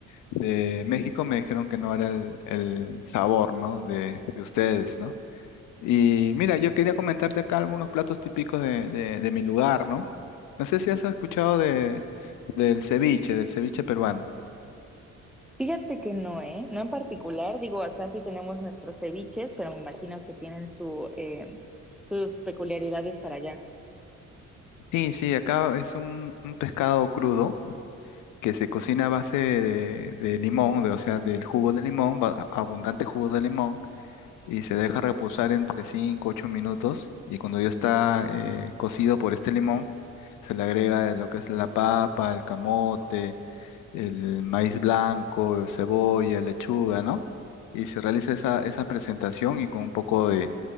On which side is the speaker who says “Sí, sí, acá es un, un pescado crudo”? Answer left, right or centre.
Left